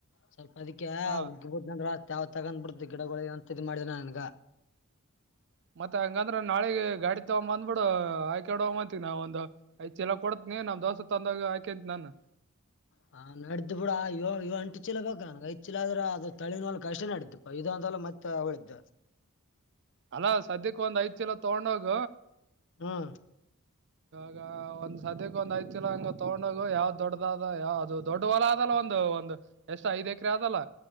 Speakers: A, on the left; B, on the right.
A: ಸ್ವಲ್ಪ ಅದಕ್ಕೆ
B: ಹ
A: ಉಗ್ಗಬಹದ್ ನಂದ್ರ ಯಾವ್ ತಗೊಂಡ್ ಬಿಡ್ತು ಗಿಡಗಳು ಅಂತ ಇದ್ ಮಾಡಿದಿನ ನನ್ಗ
B: ಮತ್ತತ್ ಹಂಗಂದ್ರ ನಾಳೆ ಗಾಡಿ ತಗೊ ಬಂದ್ಬಿಡು ಆಯ್ಕಾಡ ಹೋಗಂತವಿ ನಾವ ಒ ಐ ಚಲ ಕೊಡ ನೀ ನ್ ದೋಸ್ತ ತಂದಾಗ ಆಯಕೆಂತ ನಾನನ್
A: ಹ ಹ ನಡ್ದು ಬಿಡ ಇವ ಇವ ಅಂಟು ಚೀಲ ಬ ನನ್ಗೆ ಐ್ ಚಿ ಆದ್ರೆ ಅದು ತಳಿನೋಲ್ ಕಷ್ಟೇ ನಡ್ದಪ್ಪ ಇ ಲ ಮತ್ತೆ ಅವಳಿದ್ದ
B: ಅಲ್ಲಾ ಸದ್ಯಕ್ಕೆ ಒಂದ್ ಐದ ಕಿಲೋ ತಗೊಂಡೋಗ
A: ಹ್ಮ್
B: ಈ ಒಂದ್ ಸದ್ಯಕ್ಕೆ ಒಂದ್ ಐ ಚಿಲ ಹಂಗ ತಗೊಂಡೋಗ ಯಾವ್ದ್ ದೊಡ್ಡದಾದ ಯಾವ ಅದು ದೊಡ್ಡ ಹೊಲ ಅದ ಒಂದು ಒಂದು ಎಷ್ಟು ಐದ್ ಎಕರೆ ಆದಲ್ಲ